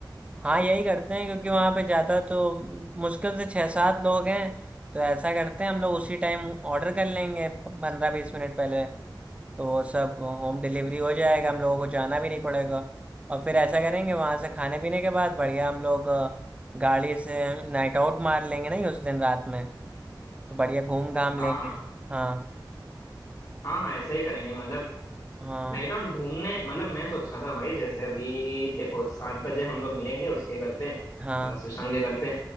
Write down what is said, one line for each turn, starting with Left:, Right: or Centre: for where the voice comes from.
Right: हाँ यही करते हैं क्योंकि वहां पे ज्यादा तो मुश्किल से छह सात लोग हैं तो ऐसा करते हैं हम लोग उसी टाइम ऑर्डर कर लेंगे पंद्रह बीस मिनट पहले तो वो सब होम डिलीवरी हो जाएगा हम लोगों को जाना भी नहीं पड़ेगा और फिर ऐसा करेंगे वहां से खाने पीने के बाद बढ़िया हम लोग अ, गाड़ी से नाइट आउट मार लेंगे नहीं उस दिन रात में तो बढ़िया घूम घाम लेंगे
Left: हाँ हाँ
Right: हाँ
Left: हाँ हाँ ऐसे ही करेंगे मतलब
Right: हाँ
Left: नाइट आउट घूमने मतलब मैं सोच रहा था भाई जैसे अभी देखो सात बजे हम लोग मिलेंगे उसके घर पे
Right: हाँ
Left: अ, सुशांत के घर पे